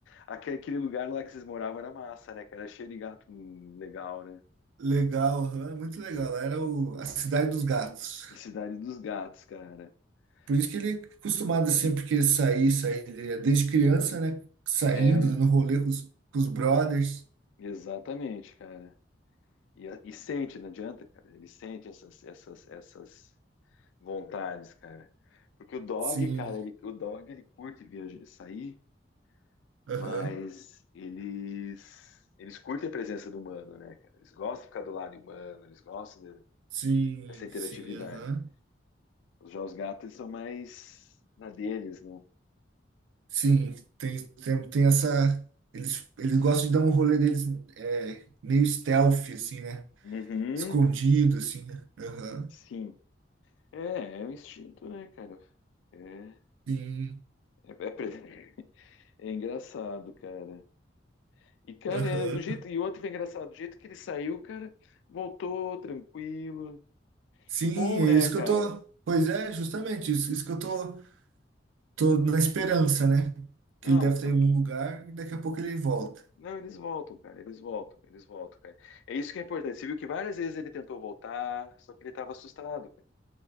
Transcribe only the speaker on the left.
Aquele aquele lugar lá que vocês moravam era massa, né, cara? Era Cheio de gato hum, legal, né? <laughs>
Em Cidade dos Gatos, cara.
Sei.
É,
exatamente, cara. E, a- e sente, não adianta, cara. Ele sente essas, essas, essas vontades, cara. Porque o dog,
cara, ele, o dog ele curte viajar, sair,
mas eles eles curtem a presença do humano, né, cara? Eles gostam de ficar do lado humano, eles gostam de,
essa interatividade.
Os jogos gatos são mais na deles, né?
Uhum,
sim. É, é um instinto, né, cara? É,
é, é pre- <laughs> é engraçado, cara. E, cara,
é do jeito. E outro foi engraçado, do jeito que ele saiu, cara, voltou tranquilo.
Que bom,
né,
cara?
Não,
v-
não, eles voltam, cara. Eles voltam, eles voltam, cara. É isso que é importante. Você viu que várias vezes ele tentou voltar, só que ele tava assustado,